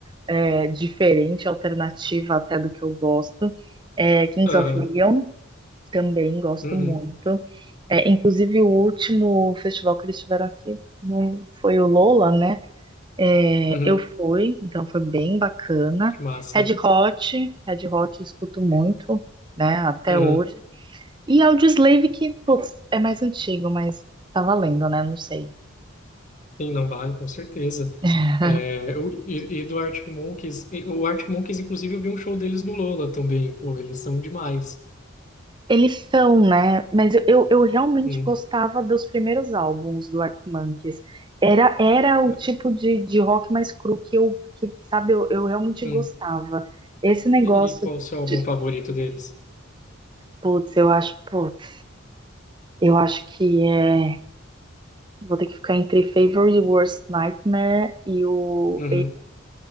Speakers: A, on the right; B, on the left.
A: é, diferente, alternativa até do que eu gosto. É, Kings
B: Aham,
A: of Leon. Também gosto
B: uhum,
A: muito. É, inclusive, o último festival que eles tiveram aqui não foi o Lola, né? É,
B: uhum,
A: eu fui, então foi bem bacana.
B: que massa.
A: Red Hot, Red Hot eu escuto muito, né? Até
B: Uhum,
A: hoje. E Audioslave, que, putz, é mais antigo, mas tá valendo, né? Não sei.
B: sim, não vale, com certeza.
A: <laughs>
B: É, o- e, e do Arctic Monkeys, e- o Arctic Monkeys, inclusive, eu vi um show deles no Lola também, pô, eles são demais.
A: Eles são, né? Mas eu, eu, eu realmente
B: Hum,
A: gostava dos primeiros álbuns do Arctic Monkeys. Era, era o
B: é,
A: tipo de, de rock mais cru que eu, que, sabe, eu, eu realmente
B: hum.
A: gostava. Esse negócio
B: E, e qual o seu álbum
A: de,
B: favorito deles?
A: putz, eu acho, putz, eu acho que é, vou ter que ficar entre Favorite Worst Nightmare e o
B: Uhum,